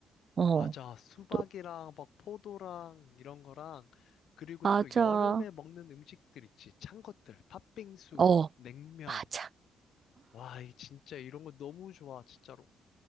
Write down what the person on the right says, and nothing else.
어,
또,
맞아.
어,
맞아.